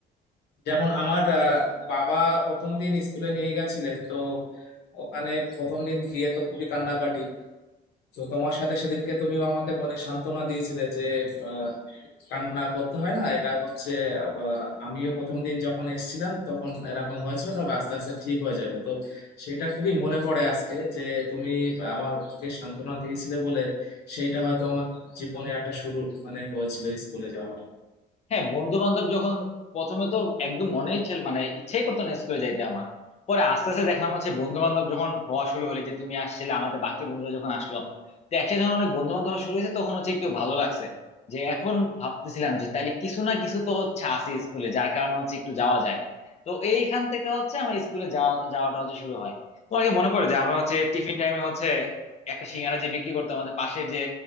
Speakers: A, on the left (about 75°); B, on the left (about 40°).
A: যেমন আমার আহ, বাবা প্রথম দিন স্কুলে নিয়ে গেছিলেন তো ওখানে প্রথম দিন গিয়ে তো খুবই কান্নাকাটি তো তোমার সাথে সেদিনকে তুমি আমাকে মনে সান্ত্বনা দিয়েছিলে যে আহ, কান্না করতে হয় না এটা হচ্ছে আহ, আমিও প্রথম দিন যখন এসেছিলাম তখন এরকম হয়েছিল তবে আস্তে আস্তে ঠিক হয়ে যাবে তো সেটা খুবই মনে পড়ে আজকে যে তুমি আমাকে সান্ত্বনা দিয়েছিলে বলে সেইটা হয়তো আমার জীবনে একটা শুরু মানে হয়েছিল স্কুলে যাওয়া
B: হ্যাঁ বন্ধু বান্ধব যখন প্রথমে তো একদম মনেই ছিল মানে ইচ্ছাই করতো না স্কুলে যাইতে আমার পরে আস্তে আস্তে দেখলাম হচ্ছে বন্ধু বান্ধব যখন হওয়া শুরু হলে যে তুমি আসছিলে আমাদের বাকি বন্ধুরা যখন আসলো তো একসাথে যখন অনেক বন্ধু বান্ধব শুরু হয়েছে তখন হচ্ছে একটু ভালো লাগছে যে এখন ভাবতেছিলাম যে তাইলে কিছু না কিছু তো হচ্ছে আছে স্কুলে যার কারণে হচ্ছে একটু যাওয়া যায় তো এইখান থেকে হচ্ছে আমার স্কুলে যাওয়া যাওয়াটা হচ্ছে শুরু হয় তোমার কি মনে পড়ে যে আমরা হচ্ছে টিফিন টাইমে হচ্ছে একটা সিঙ্গারা যে বিক্রি করতো আমাদের পাশের যে